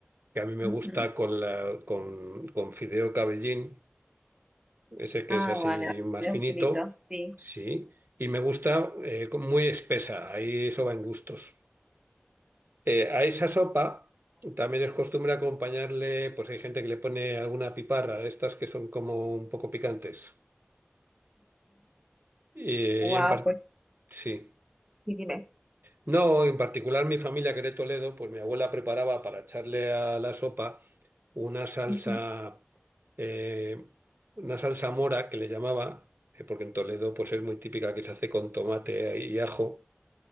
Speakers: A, on the right; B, on the right.
A: que a mí me
B: Ujú.
A: gusta con, la, con, con fideo cabellín, ese que
B: Ah,
A: es así
B: vale,
A: más
B: cocido
A: finito,
B: finito, sí.
A: sí, y me gusta eh, con- muy espesa, ahí eso va en gustos. Eh, a esa sopa también es costumbre acompañarle, pues hay gente que le pone alguna piparra de estas que son como un poco picantes. Y
B: Wow,
A: en par-
B: pues
A: sí.
B: sí, dime.
A: No, en particular mi familia que era de Toledo, pues mi abuela preparaba para echarle a la sopa una salsa,
B: Ujú,
A: eh, una salsa mora que le llamaba, eh, porque en Toledo pues es muy típica que se hace con tomate y ajo